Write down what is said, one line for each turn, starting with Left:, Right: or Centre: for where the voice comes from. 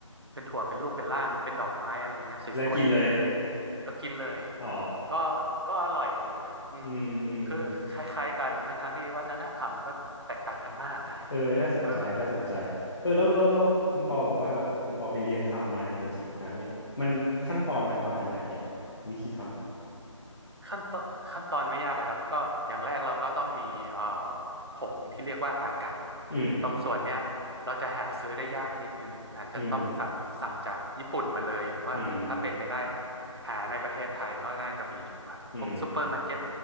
Right: เป็นถั่วเป็นรูปเป็นร่างเป็นดอกไม้อะไรเงี้ยสวยๆแล้วกินเลย
Left: และกินเลยอ๋อ
Right: ก็ก็อร่อยดีนะอืม
Left: อืมอืม
Right: คือคล้ายๆกันทั้งๆที่วัฒนธรรมก็แตกต่างกันมากนะ
Left: เออน่าสนใจน่าสนใจเออแล้วแล้วแล้วคุณปอบอกว่าแบบคุณปอไปเรียนทำมาไอโมจิหยดน้ำเนี่ยมันขั้นตอนมันประมาณไหนอะ
Right: เออ
Left: วิธีทำ
Right: ขั้นตอนขั้นตอนไม่ยากเลยครับ ก็อย่างแรกเราก็ต้องมีเอ่อผงที่เรียกว่าอากะ
Left: อืม
Right: ตรงส่วนเนี้ยเราจะหาซื้อได้ยากนิดนึง อาจจะต้องสั่งสั่งจากญี่ปุ่นมาเลย
Left: อืม
Right: หรือว่าถ้าเป็นไปได้
Left: อืม
Right: หาในประเทศไทยก็น่าจะมีอยู่ครับพวกซูเปอร์มาร์เก็ต
Left: อืม